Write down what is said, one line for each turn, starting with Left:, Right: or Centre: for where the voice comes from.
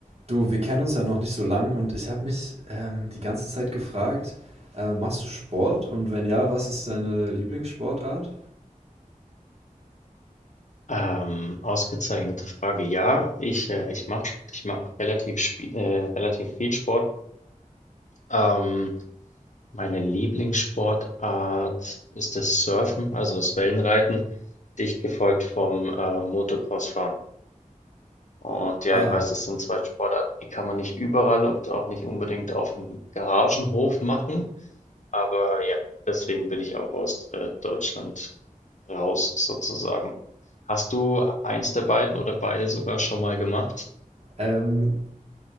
Right: Du, wir kennen uns ja noch nicht so lang und ich habe mich ähm, die ganze Zeit gefragt, äh, machst du Sport? Und wenn ja, was ist deine Lieblingssportart?
Left: Ähm, ausgezeichnete Frage. Ja, ich, äh, ich mache ich mach relativ, spie- äh, relativ viel Sport. Ähm, meine Lieblingssportart ist das Surfen, also das Wellenreiten, dicht gefolgt vom äh, Motocrossfahren. Und ja,
Right: Ah,
Left: ich weiß, das sind zwei Sportarten, die kann man nicht überall und auch nicht unbedingt auf dem Garagenhof machen. Aber ja, deswegen bin ich auch aus äh, Deutschland raus sozusagen. Hast du eins der beiden oder beide sogar schon mal gemacht?
Right: ähm,